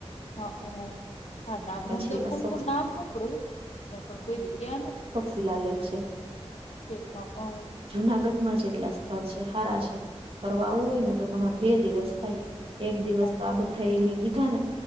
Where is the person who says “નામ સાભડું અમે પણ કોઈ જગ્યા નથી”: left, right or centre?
Left